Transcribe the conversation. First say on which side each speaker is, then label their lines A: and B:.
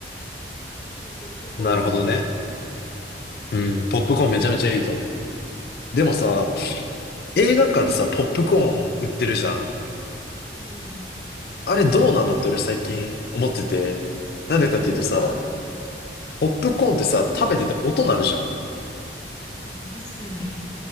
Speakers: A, on the left; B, on the left.
A: いや、ポップコーンがいいじゃない。
B: なるほどね。うん、ポップコーンめちゃめちゃいいと思う。でもさ、映画館さ、ポップコーン売ってるじゃん。
A: うん。
B: あれどうなのって俺最近思ってて。なんでかっていうとさ、
A: 何が
B: ポップコーンってさ、食べてて音鳴るじゃん。
A: まあ、確かに。